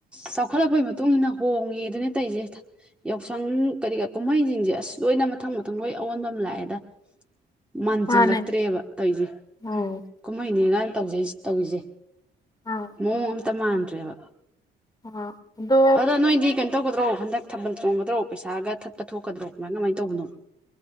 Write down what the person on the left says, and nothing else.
ꯃꯥꯅꯦ
ꯎꯝ
ꯑꯥ
ꯑꯥ ꯑꯗꯣ